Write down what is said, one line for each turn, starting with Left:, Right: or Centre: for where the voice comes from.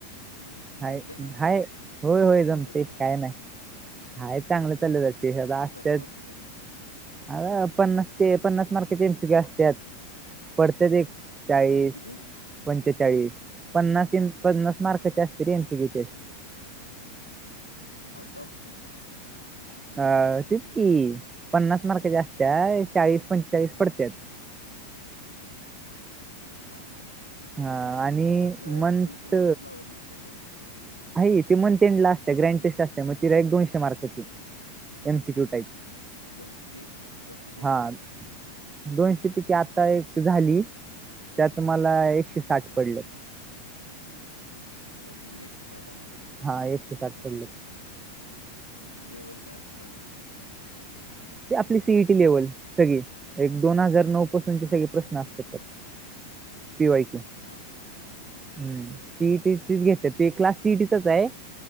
Left: हम्म
Right: हाय
Left: जमते ना
Right: हाय... होय होय...
Left: टेस्ट
Right: जमतेय...
Left: वगैरे कसं
Right: काय नाय हाय चांगलं चाललं... ते ह्याचं
Left: कसा
Right: असत्यात
Left: स्कोअर किती आहे
Right: आरं... पन्नास... ते पन्नास मार्काचे एन सी क्यु असत्यात पडत्यात... एक चाळीस
Left: किती
Right: पंचेचाळीस... पन्नास... पन्नास मार्काची असते रे एनसीक्यू टेस्ट
Left: आउट ऑफ
Right: अ.. तेच कि... पन्नास मार्काच्या अस्त्या... चाळीस.. पंचेचाळीस पडत्यात
Left: हां हां... हो चांगलं
Right: हा
Left: हाय की...
Right: आणि
Left: असं
Right: मंथ
Left: फुल सिलेबस लावत नाहीत काय टेस्ट
Right: न्हायी... ती मंथ एंडला असते... ग्रँड टेस्ट असते... मग ती एक दोनशे मार्काची एन सी क्यू टाईप
Left: दोनशे... दोनशे पैकी
Right: हा
Left: किती?
Right: दोनशे पैकी आता एक झाली... त्यात मला एकशे साठ पडले
Left: दोनशे पैकी एकशे साठ आले?
Right: हा... एकशे साठ पडले
Left: लेवल काय असत्यात?
Right: ते आपली सीईटी लेवल... सगळी.. एक दोन हजार नऊ पासूनचे सगळे प्रश्न असत्यात त्याच्यात पि वाय क्यू...
Left: हा हा हा
Right: हम्म
Left: पी
Right: सी
Left: वाय क्यू सगळं
Right: इ टी घेतात ते... क्लास सीएटीचाच हाय...